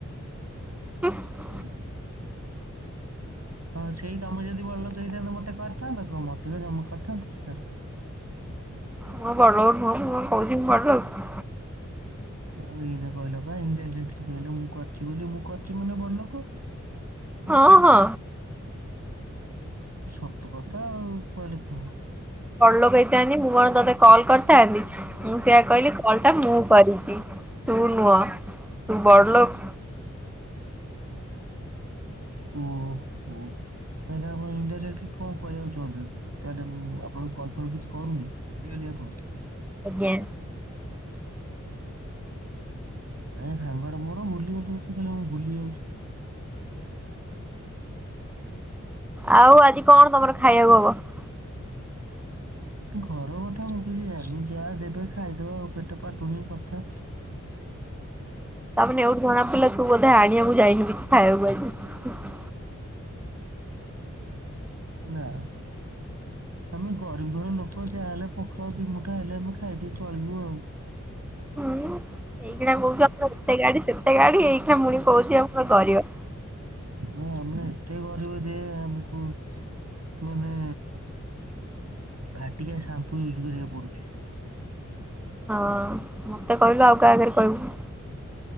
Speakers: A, in the centre; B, on the right (about 55°).
A: ହ <unintelligible>
B: ବ <unintelligible> ହଁ ସେଇ ତମେ ଯଦି ବଡଲୋକ ହେଇଥାନ୍ତ ମତେ କରିଥାନ୍ତ କ ମତେ ଜମା କରିଥାନ୍ତ ଛାଡ।
A: ମୁଁ ବଳଉ <unintelligible> ନୁଁ ମୁ କହୁଛି ବଳ <unintelligible>
B: ଆଉ ଏଇନା କହିଲ ଇନ୍ ଡାଇରେକ୍ଟଲି କଇଲ, ମୁଁ କରିଚି ବୋଲି ମୁଁ କରିଚି ମାନେ ବଡ ଲୋକ।
A: ହଁ ହଁ
B: ସତ କଥା ଆଉ କହିଲେ କ
A: ବଡ଼ ଲୋକ ହେଇଥାନ୍ତି ମୁଁ କଣ ତୋତେ କଲ୍ କରିଥାନ୍ତି ମୁଁ ସେଆ କହିଲି କଲଟା ମୁଁ କରିଛି, ତୁ ନୁଆ ତୁ ବଡ଼ଲୋକ୍
B: ଓହୋ ତାହେଲେ ଆପଣ ଇନ୍ଡାଇରେକ୍ଟଲି କଁ କହିବାକୁ ଚାହୁଁଛନ୍ତି? ତାହେଲେ ମୁଁ ଆପଣଙ୍କୁ କଲ୍ ଫଲ୍ କିଛି କରୁନି ଭୁଲିଗଲି ଆପଣଙ୍କୁ,
A: ଆଜ୍ଞା,
B: ହେ ସାଙ୍ଗଟା ମୋର ଭୁଲିଗଲୁ ସିଏ ଖାଲି ମୁଁ ଭୁଲି ଯାଉଛି।
A: ଆଉ ଆଜି କଣ ତମର ଖାଇବାକୁ ହବ?
B: ଘର କଥା ମୁ କିଛି ଯାଣିନି ଯାହା ଦେବେ ଖାଇଦବା ଆଉ ପେଟ ପାଟୁଣି କଥା,
A: ତାମାନେ ଏଉଠୁ ଜଣା ପଡ଼ିଲ ତୁ ବୋଧେ ଆଣିବାକୁଁ ଯାଇନୁ କିଛି ଖାଇବାକୁ ଆଜି, କିଛ୍
B: ନା, ଆମେ ଗରିବ୍ ଘର ଲୋକ ଯାହାହେଲେ ପଖର ଦିମୁଠା ହେଲେ ଆମେ ଖାଇଦେଇ ଚଳିବୁ ଆଉ,
A: ହୁଁ ଏଇଖିଣା କହୁଛ ଆମ ଏତେ ଗାଡିି଼ ସେତେ ଗାଡ଼ି ଏଇଖିଣା ପୁଣି କହୁଛି ଆମେ ଗରିବ,
B: ହଁ ଆମେ ଏତେ ଗରିବ ଯେ ଆମକୁ ମାନେ, ଭାଟିଏ ସାମ୍ପୁ ୟୁଜ୍ କରିବାକୁ ପଡ଼ୁଛି,
A: ହଁ ମତେ କହିଲୁ ଆଉ କାହା ଆଗରେ କହିବୁ,